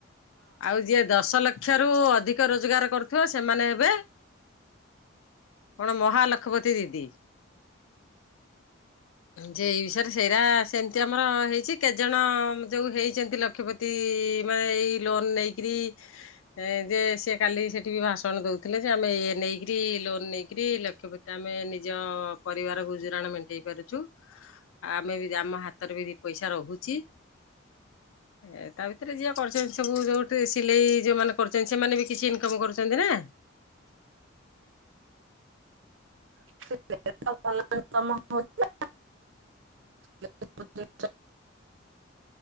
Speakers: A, on the left (about 80°); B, on the right (about 65°).
A: ଆଉ ଯିଏ ଦଶ ଲକ୍ଷ କ୍ଷ ଠାରୁ ଅଧିକ ରୋଜଗାର କରୁଥିବ ସେମାନେ ହେବେ କଣ ମହାଲକ୍ଷପତି ଦିଦି? ଯେ ଏଇ ସାରେ ସେଇଟା ସେମିତି ଆମର ହେଇଛି କେତଜଣ ଯୋଉ ହେଇଛନ୍ତି। ଲକ୍ଷପତି ତି ମାନ ଏଇ ଲୋନ ନେଇକିରି ଏ ଯେ ସେ କାଲି ସେଠି ଭାଷଣ ଦୋଉଥିଲେ ଯେ ଆମେ ଇଏ ନେଇକିରି ଲୋନ ନେଇକିରି ଲକ୍ଷପ ଆମେ ନିଜ ପରିବାର ଗୁଜୁରାଣ ମେଣ୍ଟେଇପାରୁଚୁ। ଆ ଆମେ ବି ଆମ ହାତରେ ବିି ଦିପଇସା ରହୁଚି ଏ ତା ଭିତରେ ଯିଏ କରୁଛନ୍ତି ସବୁ ଯୋଉଠି ସିଲେଇ ଯୋଉମାନେ କରୁଛନ୍ତି ସେମାନେ ବି କିଛି ଇନକମ୍ କରୁଚନ୍ତି ନା।
B: <inaudible> <unintelligible> <unintelligible>